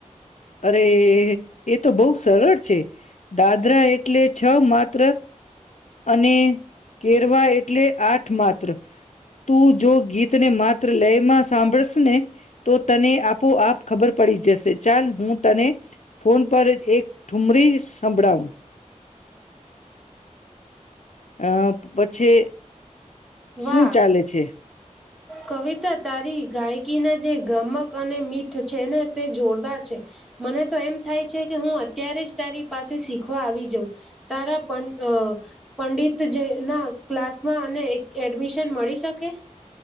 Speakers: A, on the left; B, in the centre.
A: અરે એ તો બહુ સરળ છે. દાદરા એટલે જ છ માત્ર, અને ઘેરવા એટલે આ ઠ માત્ર. તું જો ગીતને માત લયમાં સાંભળશેને તો તને આપોઆપ ખબર પડી જશે. ચાલ હું તને ફોન પર એક ઠુમરી સંભળાવું અ પછે
B: વાહ
A: શું ચાલે છે.
B: કવિતા તારી ગાયકીના જે ગમક અને મીઠ છે. ને તે જોરદાર છે. મને તો એમ થાય છે, કે હું અત્યારે જ તારી પાસે શીખવા આવી જઉં. તારા પન અ પંડિત જે ના ક્લાસમાં અને એડમિશન મળી શકે.